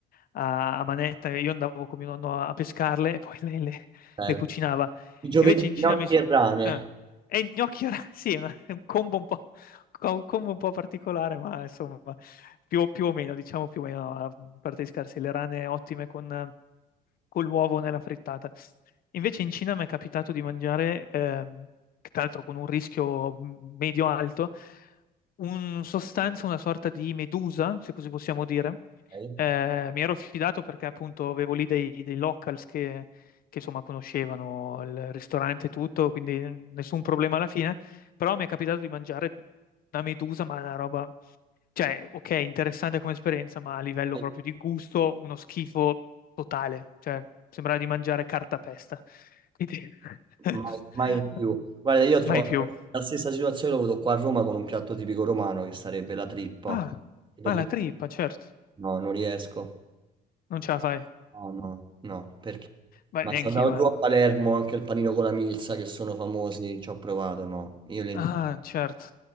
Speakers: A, on the left; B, on the right.
A: a, a manetta e io andavo con mio nonno a, a pescarle e poi <laughs> lei le,
B: per
A: le cucinava.
B: i giovedì,
A: Invece in Cina
B: gnocchi
A: mi... s-
B: e rame,
A: eh, e i gnocchi, <laughs> era- sì, è una- è un combo un po', un combo un po' particolare, ma insomma, più, più o meno, diciamo più o meno, a parte di scarsi, le rane ottime con con l'uovo nella frittata. Invece in Cina mi è capitato di mangiare, ehm, che tra l'altro con un rischio medio-alto, un sostanza, una sorta di medusa, se così possiamo dire.
B: ok?
A: Eh, mi ero fidato perché appunto avevo lì dei, dei locals che, che, insomma conoscevano il ristorante e tutto, quindi nessun problema alla fine, però mi è capitato di mangiare una medusa, ma una roba, cioè, ok, interessante come esperienza, ma a livello
B: Mai,
A: proprio di gusto, uno schifo totale, cioè sembrava di mangiare cartapesta. Quindi <laughs>
B: mai- mai più. Guarda, io
A: mai
B: ho
A: più.
B: la stessa situazione, l'ho avuto qua a Roma con un piatto tipico romano che sarebbe la trippa.
A: Ah,
B: Tipo
A: ah,
B: trippa.
A: la trippa, certo.
B: No, non riesco.
A: Non ce la fai.
B: No, no, no, perché?
A: Beh,
B: Ma
A: neanche
B: sono andato
A: io, eh.
B: giù a Palermo anche il panino con la milza che sono famosi, ci ho provato, no, io le intendo.
A: Ah, certo.